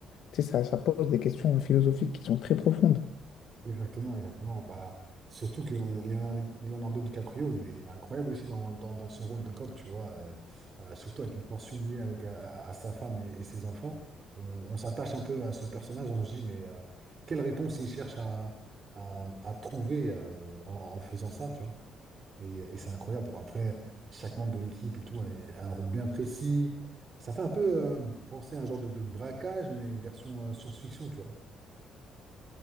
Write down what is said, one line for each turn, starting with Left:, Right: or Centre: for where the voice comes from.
Left: Tu sais, ça, ça pose des questions philosophiques qui sont très profondes.
Right: Exactement, exactement. Bah, surtout que Leonardo, Leonardo DiCaprio, il est, il est incroyable aussi dans, dans, dans ce rôle de cop, tu vois. euh, euh, surtout avec la tension liée avec, euh, à, sa femme et, et ses enfants. On, on s'attache un peu à ce personnage, on se dit, mais euh, quelle réponse il cherche à, à, à trouver euh, en, en faisant ça, tu vois? Et, euh, et c'est incroyable. Bon, Après, chaque membre de l'équipe et tout a a un rôle bien précis. Ça fait un peu euh, penser à un genre de, de braquage, mais version euh, science-fiction, tu vois.